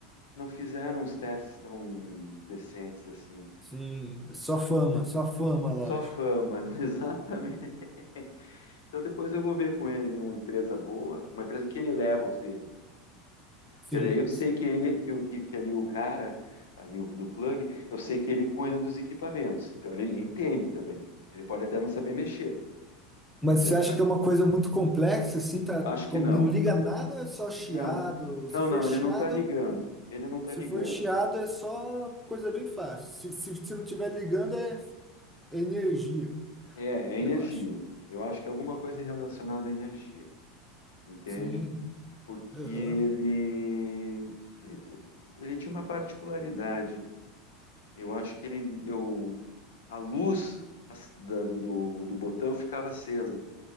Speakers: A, on the left; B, in the centre.
A: não fizeram os testes tão decentes assim.
B: sim. Só fama, só fama, a loja.
A: Só fama, <laughs> exatamente. Então depois eu vou ver com ele uma empresa boa, uma empresa que ele leva os dele. Porque
B: Sim.
A: daí eu sei que ele, que, o- que, que ali o cara, ali o do plug, eu sei que ele cuida dos equipamentos. Então ele entende também. Ele pode até não saber mexer,
B: Mas
A: não é verdade?
B: você acha que é uma coisa muito complexa, assim, tá,
A: Acho que
B: com-
A: não.
B: não liga nada, é só chiado.
A: Não. Não,
B: Se for
A: não,
B: chiado,
A: ele não tá ligando. Ele não tá
B: se
A: ligando.
B: for chiado é só coisa bem fácil. Se, se, se não tiver ligando é energia,
A: É, é
B: eu
A: energia.
B: acho.
A: Eu acho que é alguma coisa relacionada à energia, entende?
B: Sim,
A: Porque
B: aham,
A: ele, o que que ele, teve? ele tinha uma particularidade. Eu acho que ele, eu, a luz as- da- do, do do botão ficava acesa.